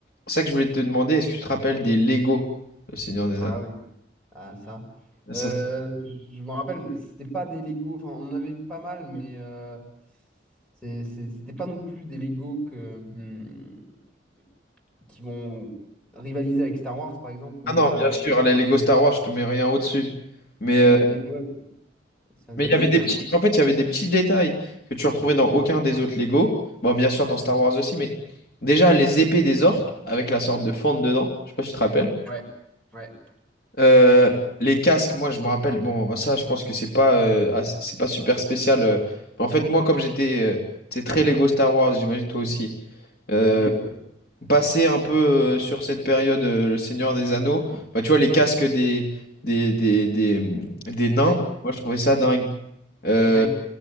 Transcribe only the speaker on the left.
c'est ça que je voulais te demander, est-ce que tu te rappelles des Lego, le Seigneur des
Anneaux?
Ça,
c'est-
Ah non,
bien sûr, les Lego Star Wars, je te mets rien au-dessus. Mais
euh,
Mais
il y avait
des
petits, en fait, il y avait des petits détails que tu retrouvais dans aucun des autres Lego. Bon, bien sûr, dans Star Wars aussi, mais déjà, les épées des orques, avec la sorte de fente dedans, je sais pas si tu te rappelles.
Euh, les casques, moi, je me rappelle, bon, ça, je pense que c'est pas, euh, assez- c'est pas super spécial. euh. Mais en fait, moi, comme j'étais, euh, c'est très Lego Star Wars, j'imagine toi aussi. euh,
passer un peu euh, sur cette période, euh, le Seigneur des Anneaux, bah, tu vois, les casques des, des, des, des, des
nains, moi, je trouvais ça dingue. Euh,